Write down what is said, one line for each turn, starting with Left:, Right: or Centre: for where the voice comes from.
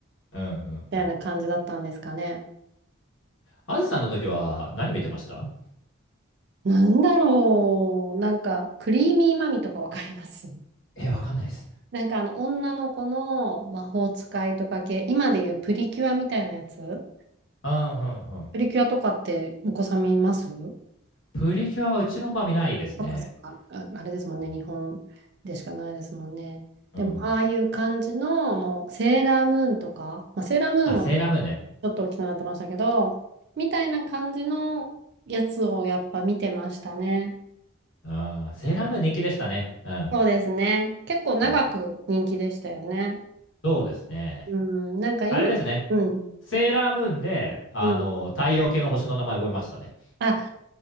Left: うん。うんうんうん。
Right: みたいな感じだったんですかね。
Left: あずさんの時は何見てました
Right: なんだろう。なんか、クリーミーマミとかわかります <laughs>
Left: えー、わかんないです。
Right: なんかあの、女の子の魔法使いとか系、今でいうプリキュアみたいなやつ
Left: うんうんうん。
Right: プリキュアとかってお子さん見ます
Left: プリキュアはうちの子は見ないですね。
Right: そっかそっか、あ、あれですもんね、
Left: うん。
Right: 日本でしかないですもんね。
Left: うんうん。
Right: でも、ああいう感じの、もう、セーラームーンとか、まあ、セーラームーンはち
Left: あ、セーラームーンね。
Right: ょっと大きくなってましたけど、みたいな感じのやつをやっぱ見てましたね。
Left: うん。セーラームーン人気でしたね。うん。
Right: そうですね。結構長く人気でしたよね。
Left: はい。そうですね。
Right: うん、なんか今、
Left: あれですね。
Right: うん、
Left: セーラームーンで、あの、
Right: うん。
Left: 太陽系の星の名前覚えましたね。
Right: あ、